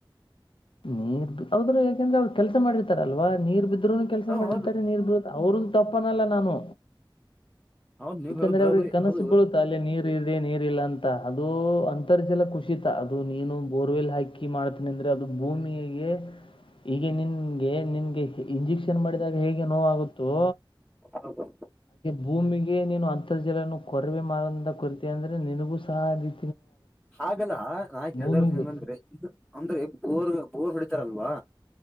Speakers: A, on the left; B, in the centre.
A: ನೀರ್ರು ಯಾಕಂದ್ರೆ ಅವ್ರ ಕೆಲಸ ಮಾಡಿರ್ತಾರಲ್ವಾ ನೀರ್ ಇದ್ರೂನು ಕೆಲಸ
B: ಹ
A: ಮಾಡಿರ್ತಾರೆ
B: ಹೌದು
A: ನೀರ್ ಬಿರುತ್ತ ಅವ್ರನ್ ತಪ್ಪನಲ್ಲ ನಾನು
B: ಹೌದ್ ನೀವ್
A: ಯಾಕಂದ್ರೆ
B: ಹೇಳ ಬರಾಬರಿ
A: ಅವ್ರಿಗೆ ಕನಸು
B: ಅದು
A: ಬೀಳುತ್ತಾ ಅಲ್ಲಿ ನೀರು ಇದೆ ನೀರ್ ಇಲ್ಲ ಅಂತ ಅದು ಅಂತರ್ಜಲ ಕುಸಿತ ಅದು ನೀನು ಬೋರ್ವೆಲ್ ಹಾಕಿ ಮಾಡ್ತನಿ ಅಂದ್ರೆ ಅದು ಭೂಮಿಯಿಗೆ ಹೀಗೆ ನಿನ್ಗೆ ನಿನ್ಗೆ ಇಂಜೆಕ್ಷನ್ ಮಾಡಿದಾಗ ಹೇಗೆ ನೋಗುತ್ತೆ. ತೋ
B: ಹೌದು ಹೌದು
A: ಭೂಮಿಗೆ ನೀನು ಅಂತರ್ಜಲನು ಕೊರವೆ ಮಾಡದಿಂದ ಕೊರತ ಅಂದ್ರರೆ ನಿನಗೂ ಸಹ ಅತಿ
B: ಹಾಗಲ್ಲ ನಾ ಹೇಳ್ದಾರ್ದ
A: ಭೂಮಿಗೂ
B: ಹೆಂಗಂದ್ರೆ ಇದು ಅಂದ್ರೆ ಬೋರ್ ಬೋರ್ ಹೊಡಿತಾರಲ್ವಾ